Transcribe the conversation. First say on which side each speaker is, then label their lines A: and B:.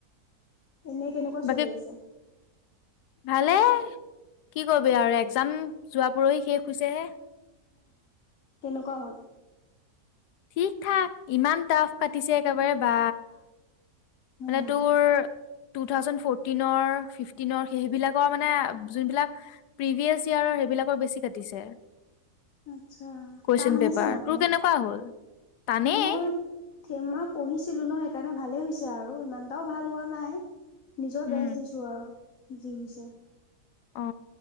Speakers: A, on the left; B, on the left.
A: এনেই কেনেকুৱা
B: বাকী
A: চলি আছে।
B: ভালে কি কৰিবি আৰু এক্সাম যোৱা পৰহি শেষ হৈছেহে।
A: তেনেকুৱা হ'ল
B: ঠিক থাক ইমান টাফ কাটিছে একেবাৰে বা মানে
A: উম
B: তোৰ টু থাউজেড ফৰ্টিনৰ ফিফটিনৰ সেইবিলাকৰ মানে যোনবিলাক প্ৰিভিয়াছ ইয়াৰৰ সেইবিলাকৰ বেছি কাটিছে।
A: আচ্ছা
B: কুৱেশচন
A: টান
B: পেপাৰ
A: আহিছে মানে
B: তোৰ কেনেকুৱা হ'ল? টানেই
A: মোৰ থেমা পঢ়িছিলো নহয়। সেইকাৰণে ভালেই হৈছে আৰু ইমানটাও ভাল হোৱা নাই। নিজৰ
B: উম
A: বেজ দিছোঁ আৰু। যি হৈছে
B: অ